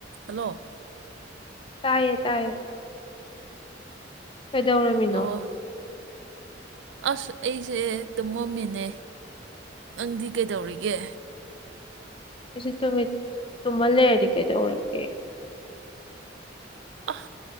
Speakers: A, on the right; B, on the left.
A: Hello
B: ꯇꯥꯏꯌꯦ ꯇꯥꯏꯌꯦ ꯀꯩꯗꯧꯔꯃꯤꯅꯣ
A: ꯑꯣ ꯑꯁ ꯑꯩꯁꯦ ꯇꯨꯝꯃꯝꯃꯤꯅꯦ ꯅꯪꯗꯤ ꯀꯩꯗꯧꯔꯤꯒꯦ
B: ꯁꯤ ꯇꯃ ꯂꯩꯔꯤ ꯀꯩꯗꯔꯒ
A: ꯑ